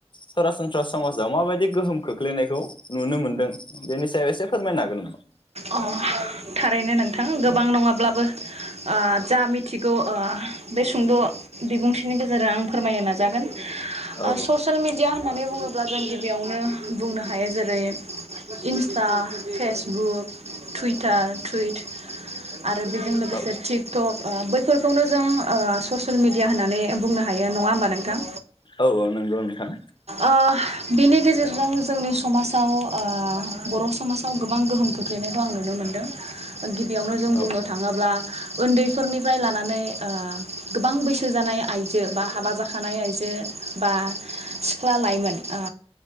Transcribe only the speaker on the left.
सरासनस्रा समाजाव माबायदि गोहोम खोख्लैनायखौ नुनो मोनदों बेनि सायाव एसे फोरमायनो हागोन नामा?
औ
औ
औ औ नोंगौ नोंथां।
औ